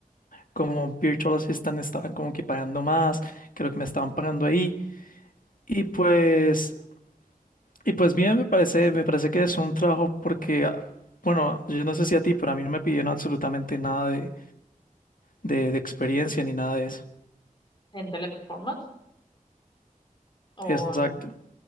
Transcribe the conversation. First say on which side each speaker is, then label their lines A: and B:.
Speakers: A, on the left (about 75°); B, on the left (about 35°).
A: como Virtual Assistant estaban como que pagando más que lo que me estaban pagando ahí. Y pues, y pues bien, me parece, me parece que es un trabajo porque, ah, bueno, yo no sé si a ti, pero a mí no me pidieron absolutamente nada de, de, de experiencia ni nada de eso.
B: en Teleperformance o
A: Exacto.
B: en-